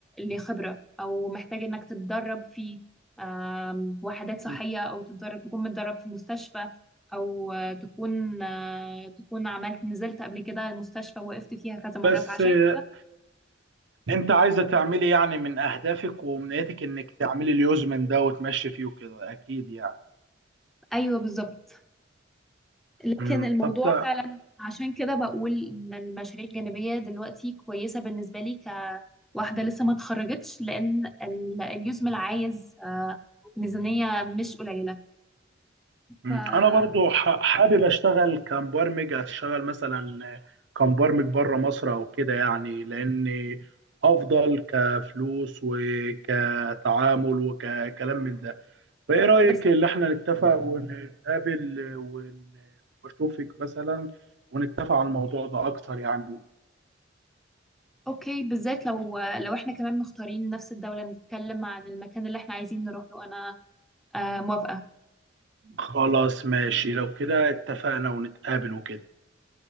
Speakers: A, in the centre; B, on the right.
A: لخبرة أو محتاج إنك تتدرب في آم، وحدات صحية
B: مم.
A: أو تتدرب تكون متدرب في مستشفى أو آه، تكون آه، تكون عملت نزلت قبل كده المستشفى وقفت فيها كذا مرة
B: بس
A: فعشان
B: آه،
A: كده
B: أنت عايزة تعملي يعني من أهدافك وأمنياتك إنك تعملي اليوز من ده وتمشي فيه وكده أكيد يعني
A: أيوه بالظبط لكن
B: مم.
A: الموضوع
B: طب تا-
A: فعلا عشان كده بقول ان المشاريع الجانبية دلوقتي كويسة بالنسبة لي كواحدة لسه ما اتخرجتش لان ال- اليوزمل عايز آه، ميزانية مش قليلة
B: مم.
A: ف
B: أنا برضو ح- حابب أشتغل كمبرمج أشتغل مثلا كمبرمج بره مصر أو كده يعني لأن أفضل كفلوس وكتعامل وككلام من ده فايه رأيك
A: بس
B: اللي احنا نتفق ونقابل ون- واشوفك مثلا ونتفق على الموضوع ده اكتر يعني
A: اوكي بالذات لو لو احنا كمان مختارين نفس الدولة نتكلم عن المكان اللي احنا عايزين نروح له انا آه، موافقة
B: خلاص ماشي لو كده اتفقنا ونتقابل وكده